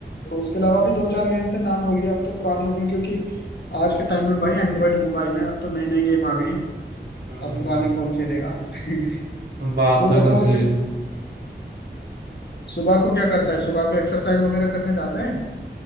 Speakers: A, on the left; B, on the right.
A: और उसके अलावा भी दो चार गेम थे नाम भूल गया अब तो पुराने हो गए क्योंकि आज के टाइम में भाई एंड्रॉयड मोबाइल है अब तो नए नए गेम आ गए हैं
B: हम्म
A: अब पुराने कौन खेलेगा <laughs>
B: हम्म, बात
A: तो
B: तो एकदम
A: बताओ और
B: सही
A: क्या
B: है
A: सुबह को क्या करता है सुबह को एक्सरसाइज वगैरह करने जाता है